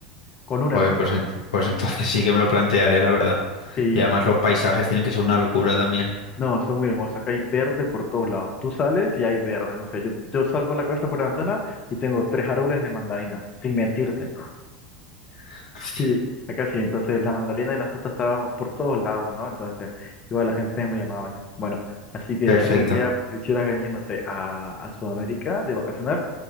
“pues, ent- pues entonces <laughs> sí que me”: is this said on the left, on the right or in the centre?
Left